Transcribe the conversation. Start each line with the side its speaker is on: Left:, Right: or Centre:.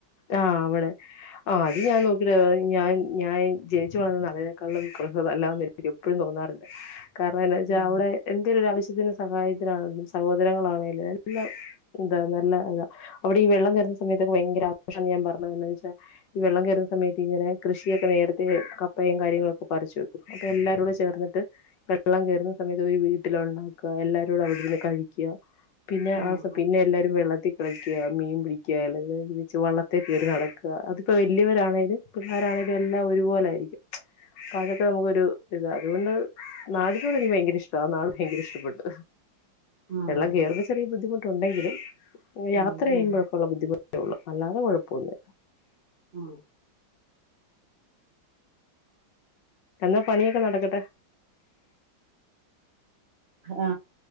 Left: ആ വ്ടെ ആ അത് ഞാൻ നോക്കിണ് ഞാൻ ഞാൻ ജൻച്ചു വളർന്ന നാടിനേക്കാളും കുറച് വല്ലാന്ന് എനിക്ക് എപ്പഴും തോന്നാറ്ണ്ട് കാരണഎന്നച്ചാൽ
Right: ആഹ്
Left: അവ്ടെ എന്തരൊരു ആവശ്യ ത്തിന് സഹായത്തിനാണെന്നു സഹോദരങ്ങളാണെലും എല്ല <unintelligible> നല്ലതാ അവിടെ ഈ വെള്ളം കേർ ഇ സമയത്തക്ക വയങ്കര ആ പ്പഷ അന്ന് ഞാ മറന്ന് എന്നവെച്ച ഈ വെള്ളം കേറുന്ന സമയത്ത് ഇങ്ങനെ കൃഷിയൊക്കെ നേരത്തെ കപ്പയും കാര്യങ്ങളൊക്കെ പ പറിച്ചുവെക്കും ഇന്നട്ട്എല്ലാരുടെ ചേർന്ന്ട്ട് ക വെള്ളം കേറുന്ന സമയത്ത് ഒരു വീട്ടിലാണ്ടാക്ക എല്ലാരൂടെ അവിട്ന്ന് കഴിക്യ പിന്നെ
Right: ആഹ്
Left: ആസം പിന്നെ എല്ലാരും വെള്ളത്തികളിക്ക മീൻപിടിക്ക അ <unintelligible> ച് വള്ളത്തെകേറി നടക്ക അതിപ്പോ വല്യവരാണേലും പിള്ളാരാണേലും എല്ലാ ഒരുപോലായിരിക്കും കാര്യക്കെ നമുക്കൊരു ഇതാ അതുകൊണ്ട് നാടിനോട് എനിക്ക് ഭയങ്കര ഇഷ്ട ആ നാട് ഭയങ്കര ഇഷ്ടപ്പെട്ട്
Right: ആഹ്
Left: വെള്ളം കേറുന്ന ചെറേ ബുദ്ധിമുട്ട് ഉണ്ടെങ്കില് യാത്ര
Right: ഉം
Left: ചെയ്യുമ്പഴൊക്കഉള്ള
Right: ഉം
Left: ബുദ്ധിമുട്ടൊള്ളു അല്ലാതെ കൊഴപ്പൊന്നില്ല
Right: ആ
Left: എന്നാ പണിയൊക്കെ നടക്കട്ടെ
Right: ആ